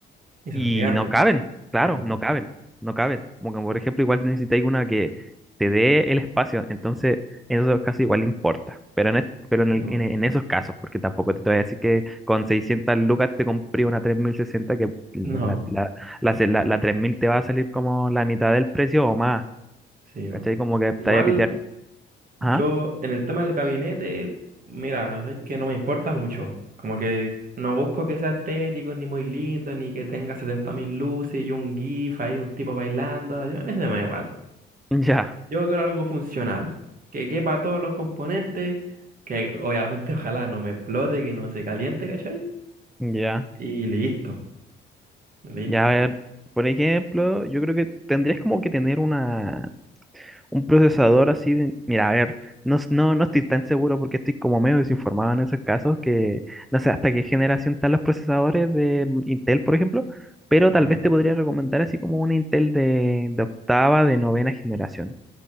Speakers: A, on the right; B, in the centre.
A: Y son
B: y
A: gigantes.
B: no caben, claro,
A: No,
B: no caben, no caben. Porque, por ejemplo, igual necesitáis una que te dé el espacio, entonces en esos casos igual importa. Pero en, es- pero en,
A: sí,
B: el-
A: po.
B: en- en esos casos, porque tampoco te voy a decir que con 600 lucas te compré una 3060 que la,
A: No, po.
B: la, la, se- la- la 3000 te va a salir como la mitad del precio o más.
A: Sí,
B: ¿Cachai?
A: po.
B: Como que te
A: Igual.
B: vaya a pitear.
A: Yo,
B: ¿Ah?
A: en el tema del gabinete, mira, es que no me importa mucho. Como que no busco que sea estético, ni muy lindo, ni que tenga 70.000 luces y un GIF ahí, un tipo bailando. A mí se me da igual.
B: <laughs> Ya,
A: Yo quiero algo funcional, que quepa todos los componentes, que obviamente <laughs> ojalá no me explote, que no se caliente, ¿cachai?
B: ya,
A: Y listo, listo.
B: ya. A ver, por ejemplo, yo creo que tendrías como que tener una. Un procesador así de- mira, a ver, no, s- no, no estoy tan seguro porque estoy como medio desinformado en esos casos que no sé hasta qué generación están los procesadores de Intel, por ejemplo, pero tal
A: Ya.
B: vez te podría recomendar así como un Intel de, de octava, de novena generación,